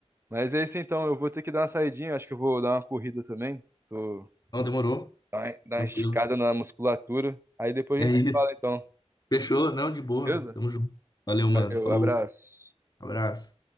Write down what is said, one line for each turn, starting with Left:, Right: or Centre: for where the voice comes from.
Right: Mas é isso então, eu vou ter que dar uma saidinha, acho que eu vou dar uma corrida também. Tô...
Left: Não, demorou,
Right: Dar uma dar
Left: tranquilo.
Right: uma esticada na musculatura. Aí depois
Left: É
Right: a gente
Left: isso.
Right: se fala então,
Left: Fechou? Não, de boa.
Right: beleza?
Left: Tamo junto. Valeu, mano.
Right: Valeu,
Left: Falou.
Right: abraço.
Left: Abraço.